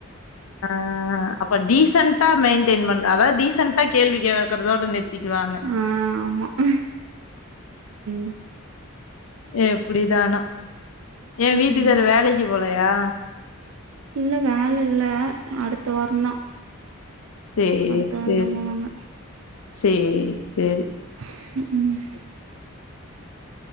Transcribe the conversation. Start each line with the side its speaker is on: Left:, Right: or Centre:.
Left: ஆ ஆ அப்ப டீசென்ட்டா மெயின்டைன் பண்ணு அதாவ்து டீசென்ட்டா கேள்வி கேக்கறதோட நிருத் த்திக்குவாங்க
Right: ஆ ஆமா ம் ம்
Left: எப்டிதானோ ஏ
Right: ம்
Left: வீட்டுக்காரு
Right: ம்
Left: வேலைக்கு போலையா
Right: இல்ல வேல இல்ல அ அடுத்த வாரந்தா
Left: சேர்
Right: அடுத்த வாரந்தா
Left: சேரி
Right: போவாங்க
Left: சேர் சேரி
Right: ம் ம்